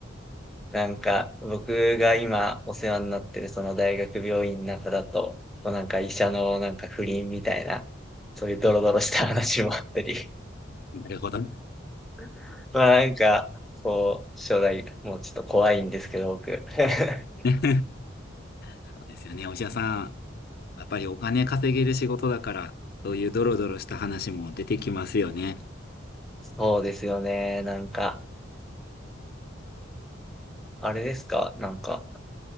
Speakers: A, in the centre; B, on the left.
A: なんか、僕が今お世話になってるその大学病院の中だと、こうなんか医者のなんか不倫みたいな、そういうドロドロした話もあったり、
B: なるほど。
A: <laughs> まあなんか、こう、将来もうちょっと怖いんですけど、僕。<laughs>
B: うん <laughs> そうですよね。お医者さん、やっぱりお金稼げる仕事だから、そういうドロドロした話も出てきますよね。
A: そうですよね。なんか、あれですかなんか、